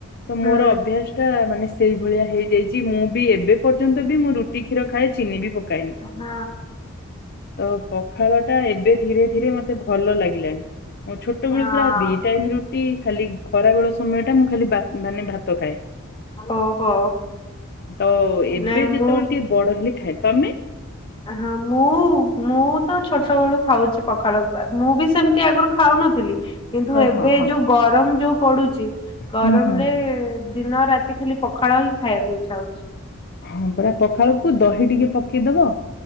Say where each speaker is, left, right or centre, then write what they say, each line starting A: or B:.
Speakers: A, on the left; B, on the left.
A: ତ ମୋର
B: ହୁଁ
A: ଅଭ୍ୟାସ ଟା ମାନେ ସେଇଭଳିଆ ହେଇ ଦେଇଚି ମୁଁ ବି ଏବେ ପର୍ଯ୍ୟନ୍ତ ବି ମୁଁ ରୁଟି କ୍ଷୀର ଖାଏ ଚିନି ବି ପକାଏନି।
B: ହଁ।
A: ତ ପଖାଳ ଟା ଏବେ ଧୀରେ ଧୀରେ ମତେ ଭଲ ଲାଗିଲାଣି। ମୋ ଛୋଟବେଳୁ
B: ହଁ
A: ପୁରା ଦି ଟାଇମ୍ ରୁଟି। ଖାଲି ଖରାବେଳ ସମୟ ଟା ମୁଁ ଖାଲି ମାନେ ଭାତ ଖାଏ।
B: ଓହୋ
A: ତ ଏବେ
B: ନାଇଁ
A: ଯେତେବେଳେ
B: ମୁଁ
A: ଟିକେ ବଡ଼ ହେଲେ ଖାଏ ତ ଆମେ
B: ହଁ ମୁଁ ମୁଁ ତ ଛୋଟ ବେଳୁ ଖାଉଛି ପଖାଳ ବା ମୁଁ ବି ସେମିତି ଆଗରୁ ଖାଉନଥିଲି କିନ୍ତୁ
A: ହଁ
B: ଏବେ
A: ହଁ ହଁ
B: ଯୋଉ ଗରମ ଯୋଉ ପଡୁଛି ଗରମରେ
A: ହୁଁ ହୁଁ
B: ଦିନ ରାତି ଖାଲି ପଖାଳ ହିଁ ଖାଇବାକୁ ଇଚ୍ଛା ହୋଉଚି।
A: ହଁ ପରା ପଖାଳକୁ ଦହି ଟିକେ ପକେଇ ଦବ